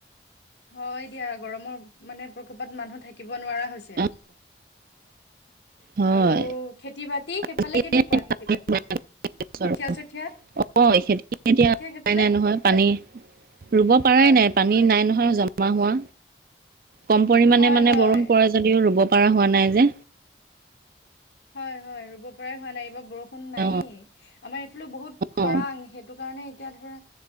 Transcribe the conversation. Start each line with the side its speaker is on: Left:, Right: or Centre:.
Left: হয় দিয়া গৰমৰ মানে প্ৰকোপত মানুহ থাকিব নোৱাৰা হৈছে।
Right: অ হয়
Left: আৰু খেতি-বাতি সেইফালে
Right: এতিয়া
Left: কেনেকুৱা খেতি-বাতি
Right: ওলাই আহিছো
Left: কঠীয়া
Right: আৰু।
Left: চঠিয়া
Right: অ খেতি এতিয়া
Left: সেইফালে
Right: উপাই নাই নহয় পানী ৰুব পৰাই
Left: হয়
Right: নাই পানী নাই নহয় <unintelligible> জমা হোৱা কম পৰিমাণে
Left: হয়
Right: মানে
Left: হয়
Right: বৰণ পৰে যদিও ৰুব পৰা হোৱা নাই যে
Left: হয়-হয় ৰুব পৰাই হোৱা নাই এইবাৰ বৰষুণ নায়েই
Right: অ
Left: আমাৰ বহুত খৰাং
Right: অ
Left: সেইটো কাৰণে এতিয়া ধৰা